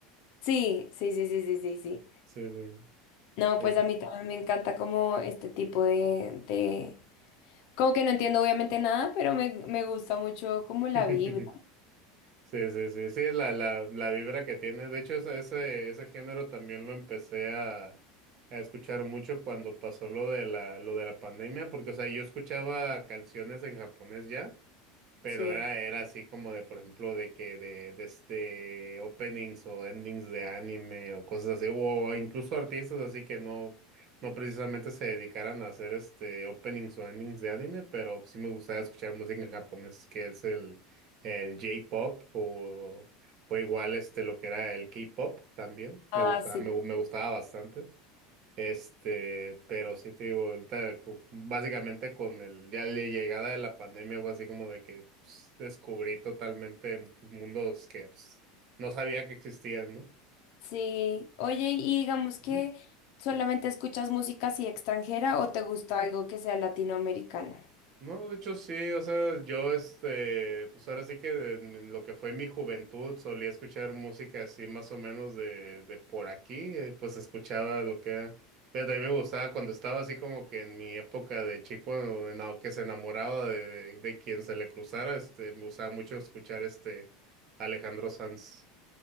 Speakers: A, on the left (about 60°); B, on the right (about 50°).
A: Sí, sí, sí, sí, sí, sí, sí.
B: Sí, sí.
A: No, pues
B: sí.
A: a mí también me encanta como este tipo de, de... Como que no entiendo obviamente nada, pero me, me gusta mucho como la
B: <laughs>
A: vibra,
B: Sí, sí, sí, sí, es la, la, la vibra que tiene. De hecho, ese, ese, ese género también lo empecé a, a escuchar mucho cuando pasó lo de la, lo de la pandemia, porque, o sea, yo escuchaba canciones en japonés ya, pero
A: sí.
B: era, era así como de, por ejemplo, de que de, de este openings o endings de anime o cosas así, o incluso artistas así que no, no precisamente se dedicaran a hacer este openings o endings de anime, pero sí me gustaba escuchar música en japonés, que es el, el J-pop o, o igual este lo que era el K-pop también.
A: Ah,
B: Me gustaba,
A: sí.
B: me, me gustaba bastante. Este, pero sí te digo, ahorita cu- básicamente con el, ya la llegada de la pandemia fue así como de que pues, descubrí totalmente pues, mundos que pues, no sabía que existían,
A: Sí, oye, y digamos que
B: ¿no?
A: solamente escuchas música así extranjera o te gusta algo que sea latinoamericano.
B: No, de hecho sí, o sea, yo este, pues ahora sí que en en lo que fue mi juventud solía escuchar música así más o menos de, de por aquí, eh, pues escuchaba lo que era, pero también me gustaba cuando estaba así como que en mi época de chico, en la que se enamoraba de, de, de quien se le cruzara, este, me gustaba mucho escuchar este Alejandro Sanz.